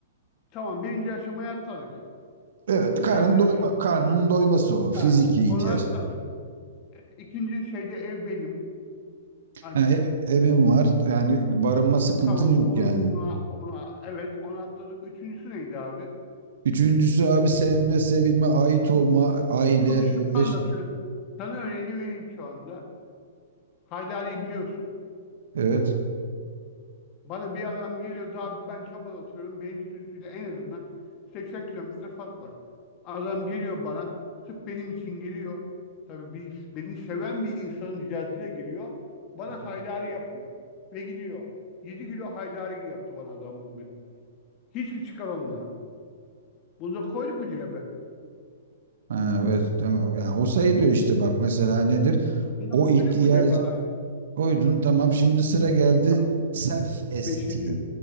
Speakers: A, on the left; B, on the right.
A: Tamam. Birinci aşamayı atladık.
B: Evet, karnın
A: Kendini
B: doyma, karnının doyması o. Fiziki
A: ha, onu
B: ihtiyaç.
A: atladık. E, İkinci şeyde ev benim, annemin.
B: Ha, ev- evin var. Yani barınma sıkıntın
A: Tamam.
B: yok
A: Ona,
B: yani.
A: ona, ona evet onu atladık. Üçüncüsü neydi abi?
B: Üçüncüsü abi sevme, sevilme, ait olma, aile,
A: Tam
B: e,
A: şunu anlatıyor.
B: eş.
A: Sana örneğini vereyim şu anda. Haydari'yi biliyorsun.
B: Evet.
A: Bana bir adam geliyor daha ben Çaba'da oturuyorum. Beylikdüzü ile en azından 80 kilometre fark var. Adam geliyor bana. Sırf benim için geliyor. Tabii bir, beni seven bir insanın ricasıyla geliyor. Bana
B: Evet.
A: haydari yapıyor. Ve gidiyor. 7 kilo haydari yaptı bana adam bugün. Hiçbir çıkar olmadan. Bunu da koyduk mu cebe?
B: Ha, evet tamam. Yani o sayılıyor işte bak mesela nedir?
A: Bunu da
B: O
A: koyduk
B: ihtiyacı
A: mu cebe abi?
B: koydun tamam şimdi sıra geldi
A: Tamam.
B: self esteem.
A: Beşinci.